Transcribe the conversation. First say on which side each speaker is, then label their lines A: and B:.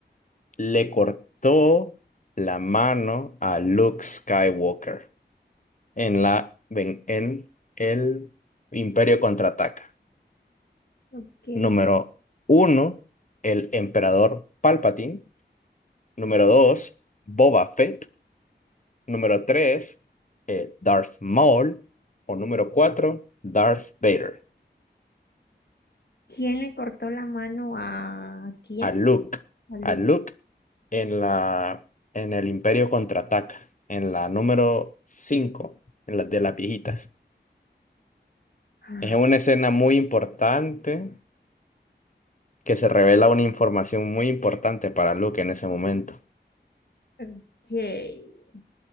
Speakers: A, on the left; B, on the left.
A: le cortó la mano a Luke Skywalker en la, en, en el Imperio Contraataca?
B: Ok.
A: Número uno, el emperador Palpatine. Número dos, Boba Fett. Número 3, Darth Maul. O número 4, Darth Vader.
B: ¿Quién le cortó la mano a quién?
A: A Luke.
B: A Luke.
A: A Luke en la, en el Imperio Contraataca. En la número 5, en la de las viejitas.
B: Ah,
A: Es una escena muy importante que se revela una información muy importante para Luke en ese momento.
B: ok.